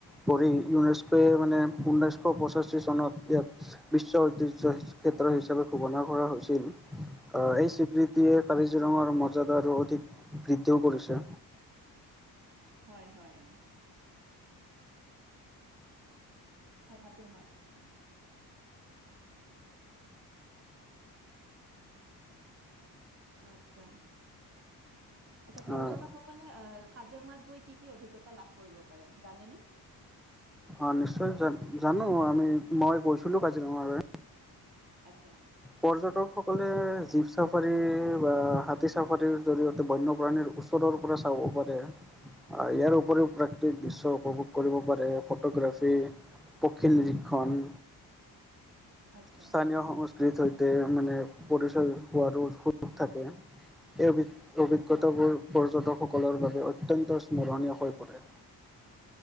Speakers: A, in the centre; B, on the right.
A: কৰি ইউনেস্কয় মানে ঊনৈশ পঁচাশী চনত ইয়াক বিশ্ব ঐতিহ্য ক্ষেত্ৰ হিচাপে ঘোষণা কৰা হৈছে। তিনি <unintelligible> অ' এই স্বীকৃতিয়ে কাজিৰঙাৰ মৰ্য্যদা আৰু অধিক বৃদ্ধিও কৰিছে।
B: হয়-হয়, কথাতটো হয়। আচ্ছা, আচ্ছা পৰ্যটকসকলে
A: আহ
B: আহ, কাজিৰঙাত গৈ কি-কি অভিজ্ঞতা লাভ কৰিব পাৰে জানেনে?
A: অ' নিশ্চয় জানো আমি মই গৈছিলো কাজিৰঙালৈ।
B: আচ্ছা
A: পৰ্যটকসকলে জীপ চাফাৰী বা হাতী চাফাৰীৰ জৰিয়তে বন্যপ্ৰাণীৰ ওচৰৰ পৰা চাব পাৰে, আহ' ইয়াৰ উপৰিও প্ৰাকৃতিক দৃশ্য উপভোগ কৰিব পাৰে। ফটোগ্ৰাফী পক্ষী নিৰীক্ষণ
B: আচ্ছা
A: স্থানীয় সম ক সৈতে মানে পৰিচয় হোৱাৰো সুযোগ থাকে। সেই অভিজ্ঞতা
B: হয়
A: বোৰ পৰ্যটকক সকলৰ বাবে অত্যন্ত স্মৰণীয় হৈ পৰে।